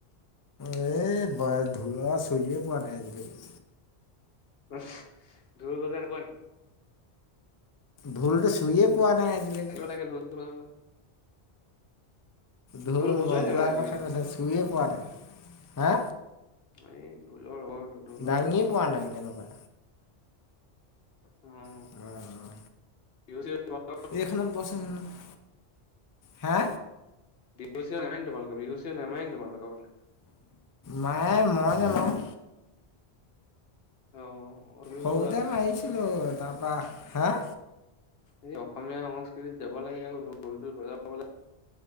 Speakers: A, on the left (about 35°); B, on the left (about 65°).
A: এই ঢোলৰ চুইয়ে পোৱা নাই, আজিলৈকে।
B: <unintelligible> ঢোল বজাই নোপোৱা নেকি?
A: ঢোলটো চুইয়ে পোৱা নাই। আজিলৈকে
B: আগিব লাগে, ঢোল <unintelligible>
A: ঢোল
B: বজোৱাই
A: বজোৱা
B: নাই মানে আজিলৈকে
A: কথা কৈছা, চুইয়ে পোৱা নাই। হা!
B: এই ঢোলৰ হৌ, ঢোলৰ
A: দাঙিয়ে
B: হৌ উঠাব,
A: পোৱা
B: পাৰিব
A: নাই
B: লাগিব।
A: কেনেকুৱা
B: উম!
A: অ' অ'!
B: বিহুত-চিহুত পোৱা
A: এইখনত বহ চোন <unintelligible> হে!
B: বিহু-চিহু নামাৰে নি তোমালোকৰ, বিহু-চিহু নামাৰে নি তোমালোকৰ বোলে।
A: মাৰে মই নামাৰোঁ।
B: অ তুমি
A: সৰুতে
B: নোযোৱা মানে
A: মাৰিছিলোঁ। তাৰপা, হা!
B: এই অসমীয়া সংস্কৃতিত যাব লাগে, আকৌ? ঢোল- চোল বজাব <unintelligible>